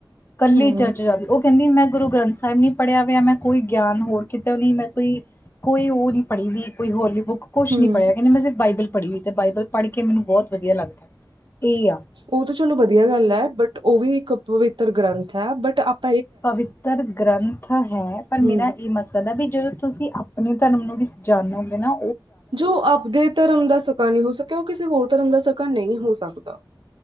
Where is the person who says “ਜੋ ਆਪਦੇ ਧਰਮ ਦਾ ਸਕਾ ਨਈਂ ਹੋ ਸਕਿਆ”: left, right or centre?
Right